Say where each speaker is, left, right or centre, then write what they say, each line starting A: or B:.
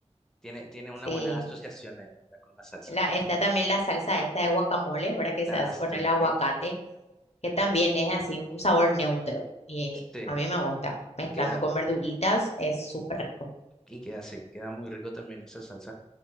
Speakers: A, in the centre; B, on the left.
A: tiene, tiene una
B: sí.
A: buena asociación ahí, ¿verdad? con la salsa.
B: La, está también la salsa esta de guacamole, ¿verdad? Que
A: La
B: se hace
A: hace,
B: con el aguacate,
A: ¿eh?
B: que también
A: Ex-
B: es así un sabor neutro y
A: Sí,
B: a mí me gusta. Mezclando
A: y queda,
B: con verduritas es súper rico.
A: y queda así, queda muy rico también esa salsa.